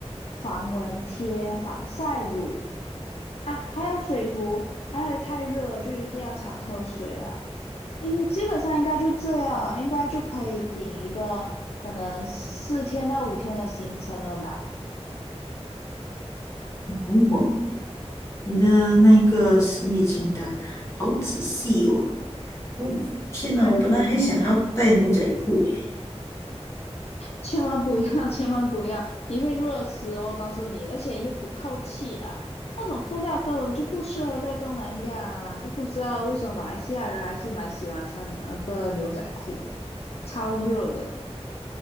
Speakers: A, on the left; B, on the left.
A: 防蚊贴，防晒乳啊，还有水壶，因为太热了就一定要常喝水啦。应基本上应该就这样，应该就可以顶一个可能四天到五天的行程了啦。
B: 萌萌，你的那个行李清单好仔细哦。哦，天哪，
A: 当可能，
B: 我本来还想要带牛仔裤诶。
A: 千万不要，<laughs> 千万不要，你会热死哦，告诉你，而且又不透气啦。那种布料根本就不适合在东南亚啊都不知道为什么马来西亚人还是蛮喜欢穿那个牛仔裤啊超热的。